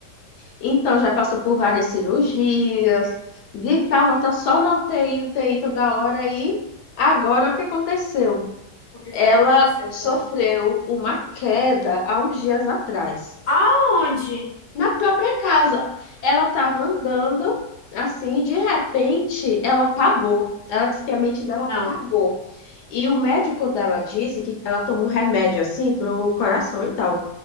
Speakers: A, on the left; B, on the left.
A: Então, já passou por várias cirurgias, de tá só na UTI, UTI toda hora, e agora o que aconteceu?
B: O que
A: Ela
B: foi que aconteceu,
A: sofreu
B: Clara?
A: uma queda há uns dias atrás,
B: Aonde?
A: na própria casa. Ela estava andando, assim, de repente, ela pagou. Ela disse que a mente dela
B: Não,
A: pagou. E o médico dela disse que ela tomou um remédio, assim, para o coração e tal.